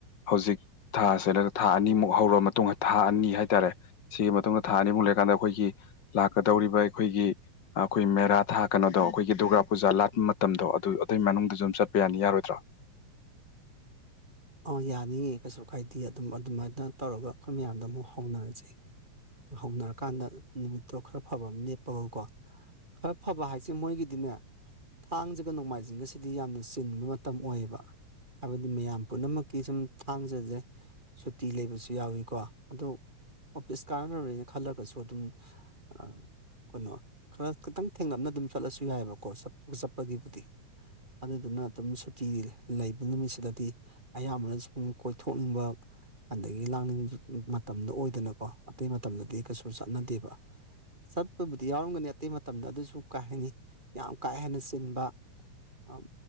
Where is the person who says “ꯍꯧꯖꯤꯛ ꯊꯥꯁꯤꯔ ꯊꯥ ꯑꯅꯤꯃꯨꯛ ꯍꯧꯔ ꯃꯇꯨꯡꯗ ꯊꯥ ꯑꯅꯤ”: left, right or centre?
Left